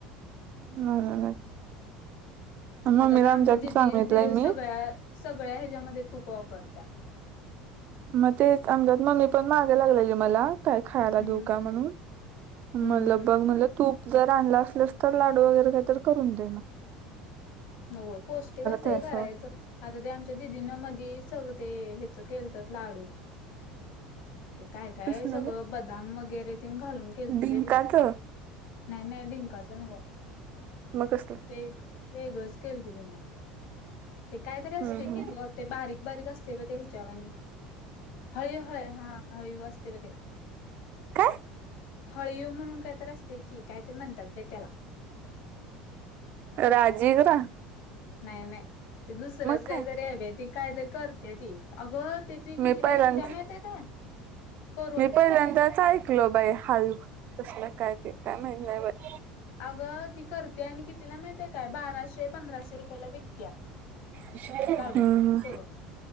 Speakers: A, on the right (about 50°); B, on the left (about 65°).
A: म्हणूनच.. मम्मीला
B: आता तर
A: आमच्यात
B: आमची दिदी
A: सांगितलंय
B: दि....
A: मी
B: सगळ्या -सगळ्या ह्याच्यामध्ये तुप वापरत्या.
A: म... तेच आमच्या त मम्मी पण माग लागलेली मला. काय खायला
B: हम्म
A: देऊ का म्हणून...
B: हम्म
A: म्हटलं...
B: हम्म हम्म
A: बघ म्हणल तूप जर आणल असलस तर लाडू वगैरे काही तर करून दे म..
B: होय पौष्टिक असतं
A: आहे
B: हे करायचं...
A: सोड
B: आता ते आमच्या दिदींन मध्यी सगं.. ते ह्याच केलतत लाडू. ते काय -काय
A: कसलं
B: सगळं
A: ग
B: बदाम वगैरे तेन घालून केलती
A: डिंकाच
B: बाय तिन. नाही -नाही डिंकाच न्हव.
A: म.. कसलं?
B: एक. वेगळंच केल त तिन. ते काहीतरी असतय
A: हम्म हम्म.
B: की गं ते बारीक- बारीक असतय ब ते ह्याच्यावानी हळीव.. हळ.. हा हळीव असतय ब ते....
A: काय
B: हळीव म्हणून काय तरीअसतय की कायतरी म्हणत्यात बाय त्याला.
A: राजिगिरा....
B: नाय-नाय.. ते दुसरंच
A: काय
B: काहीतरी हाय बाय ती कायतरी करत्या ती. अगं ते कितीला
A: मी पहिल्यांदा
B: विकत्या माहिती आहे काय? करून..
A: मी पहिल्यांनदाच आयक... ऐकलं बाय हाळीव कसलं काय ते काय माहिती नाही बाई.
B: अगं ती करत्या आणि कितीला माहितीए काय बाराशे -पंधराशे रुपयाला विकत्या.
A: हम्म
B: लाडू. करून.